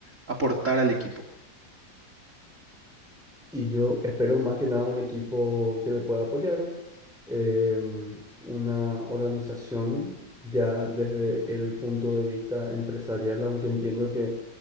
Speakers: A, on the right; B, in the centre.
A: aportar al equipo.
B: Y yo espero más que nada un equipo que me pueda apoyar, eh, una organización ya desde el punto de vista empresarial, aunque entiendo que